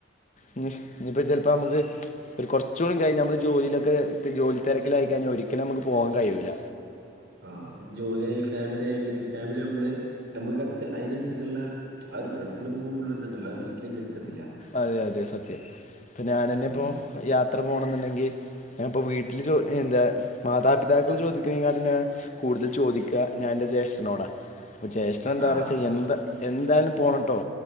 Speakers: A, on the left; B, on the right.
A: ഇഞ്ഞിപ്പോ ചെലപ്പോ ഇപ്പം നമുക്ക് ഒരു കുറച്ച കൂടി കഴിഞ്ഞ നമ്മൾ ജോലിയിലൊക്കെ ജോലിതിരക്കിലായി കഴിഞ്ഞാൽ ഒരിക്കലും നമ്മക്ക് പോകാൻ കഴിൂല്ല
B: ആഹ ജോലിയായി ഫാമിലി ആായി പിന്നെ ഫാമിലി ആകുമ്പളേ നമുക്ക്ത് അതിനനുസരിച്ചുള്ള ആ ഒരു ഫ്രണ്ട്സിന്റെ മുമ്പുള്ളരിതുണ്ടല്ലോ അ ഒരിക്കലും കിട്ടത്തില്ല
A: അതെ അതെ സത്യം ഇപ്പ ഞാനെന്നെ ഇപ്പോൊ
B: ഉം
A: യാത്ര പോണം എന്നുണ്ടെങ്കി ഞൻ ഇപ്പ വീട്ടില് എന്താ മാതാപിതാക്കൾ ചോദിക്കുന്നതലാട്ടിം കൂടുതൽ ചോദിക്കുക ഞാൻ ന്റെ ജേഷ്ഠനോടാ ജേഷ്ഠൻ എന്താപറയാച്ച
B: ആഹ്
A: എന്താ എന്തായാലും പോണട്ടോ